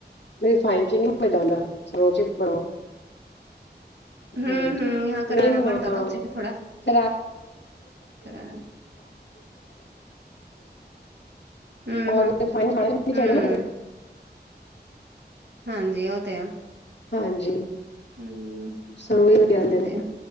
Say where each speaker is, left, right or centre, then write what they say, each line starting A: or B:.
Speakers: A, on the left; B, on the right.
A: ਓ ਰਿਫਾਈਨ ਚ ਨਹੀਂ ਮਜ਼ਾ ਆਉਂਦਾ, ਰੋਜ਼ ਬਣਾਓ
B: ਹਮ-
A: ਹਾਂਜੀ
B: ਹਮ ਹ, ਕਰਾਰਾ
A: ਮੇਨ ਹਾਂ
B: ਬਣਦਾ ਤ ਉੇ ਫਿਰ ਥੋੜਾ
A: <inaudible>
B: ਕਰਾਰਾ ਹੂੰ-ਹੂੰ,
A: ਔਰ,
B: ਹੂੰ,
A: ਰਿਫਾਇੰਡ ਖਾਣਾ ਵੀ ਨਹੀਂ
B: ਹੂੰ,
A: ਚਾਹੀਦਾ ਨਾ
B: ਹਾਂਜੀ, ਉਹ ਤੇ ਆ
A: ਹਾਂਜੀ,
B: ਹੂੰ,
A: ਸਰੋਂ ਹੀ ਵਧੀਆ ਲਹਦੇ
B: ਉਹ
A: ਨੇ
B: ਤੇ ਆ